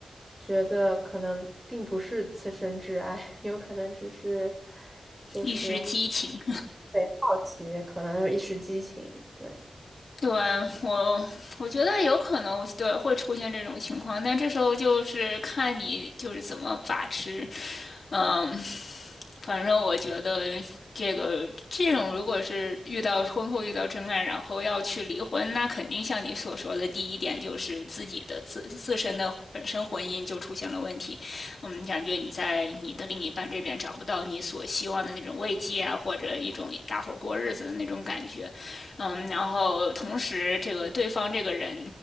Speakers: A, on the right; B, on the left.
A: 觉得可能并不是此生挚爱，<laughs> 有可能只是就是
B: 一时激情。
A: 对好奇，可能一时激情，对。
B: 对，我我觉得有可能对会出现这种情况，但这时候就是看你就是怎么把持。嗯，反正我觉得这个这种如果是遇到婚后遇到真爱，然后要去离婚，那肯定像你所说的第一点就是自己的自自身的本身婚姻就出现了问题。嗯，感觉你在你的另一半这边找不到你所希望的那种慰藉啊，或者一种搭伙过日子的那种感觉。嗯，然后同时这个对方这个人，